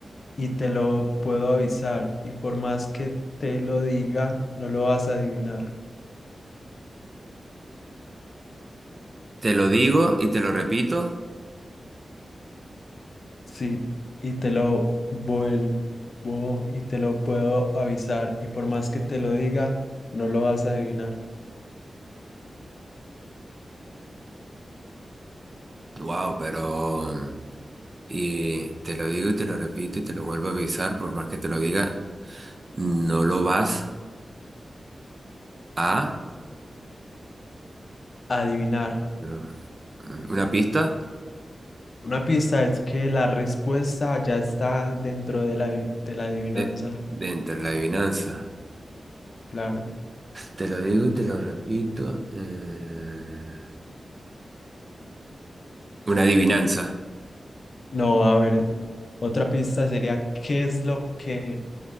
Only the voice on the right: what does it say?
Te lo digo y te lo repito.
Wow, pero... Y te lo digo y te lo repito y te lo vuelvo a avisar, por más que te lo diga, no lo vas a...
pero- mm, Una pista
de, de entre la adivinanza.
Te lo digo y te lo repito. eh, Una adivinanza.